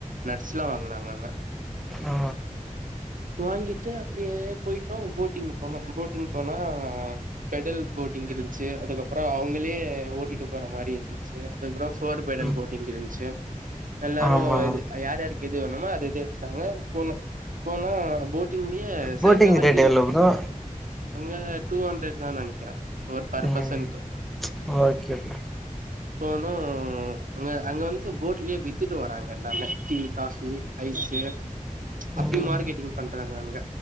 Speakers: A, on the right; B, in the centre.
A: நட்ஸ்லா வாங்குனாங்க அங்க
B: ஆ
A: வாங்கிட்டு அப்டியே போயிட்டோ போட்டிங் போனோ போட்டிங் போனா பெடல் போட்டிங்கிது இருந்துச்சு அதுக்கப்பறோ அவுங்களே ஓட்டிட்டு போற மாரி இருந்துச்சு அப்பறோ ஃபோர் பெடல்
B: ம்
A: போட்டிங் இருந்துச்சு எல்லாரோ
B: ஆமா
A: இது யாதுக் எது வேணுமோ அது இது எடுத்துடாங்க போனோ போனா போட் டிங்லியே
B: போட்டிங்
A: சைட்லெல்லா
B: ரேட்
A: எது வெக்கு
B: எவ்ளோ ப்ரோ
A: அங்க டூ ஹண்ட்ரட்தா நெனைக்கிறே ஒர் பர்பஸன்க்கு
B: ம் ஓகே ப்ரோ
A: போனோ உம் அங்க அங்க வந்து போட்லியே வித்துட்டு வராங்க எல்லாமே டீ காஃபி ஐஸ்சு ச்ச அப்டியு
B: ம்
A: மார்க்கெட்டிங் பண்றாங்க அங்க